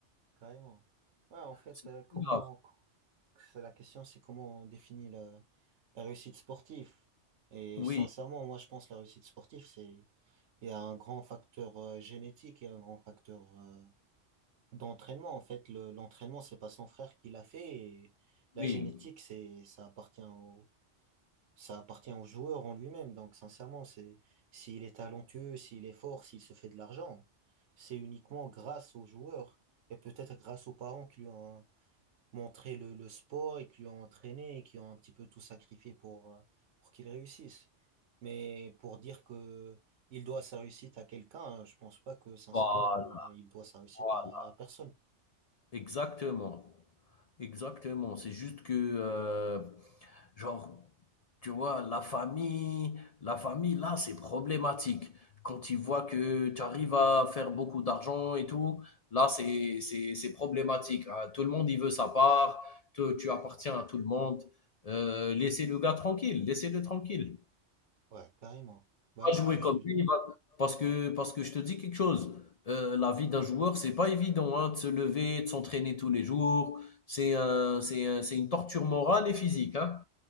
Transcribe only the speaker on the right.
Carrément. Ouais, en fait,
euh, comment
c'est la question, c'est comment on définit la, la réussite sportive. Et
sincèrement, moi, je pense que la réussite sportive, c'est il y a un grand facteur euh, génétique et un grand facteur euh, d'entraînement. En fait, le, l'entraînement, c'est pas son frère qui l'a fait. Et la
génétique, c'est ça appartient au ça appartient au joueur en lui-même. Donc, sincèrement, c'est s'il est talentueux, s'il est fort, s'il se fait de l'argent, c'est uniquement grâce au joueur et peut-être grâce aux parents qui lui ont montré le, le sport et qui l'ont entraîné et qui ont un petit peu tout sacrifié pour, euh, pour qu'il réussisse. Mais pour dire que il doit sa réussite à quelqu'un, hein, je pense pas que sincèrement
euh, il doit sa réussite
à, à personne.
Ouais, carrément. Bah
je
suis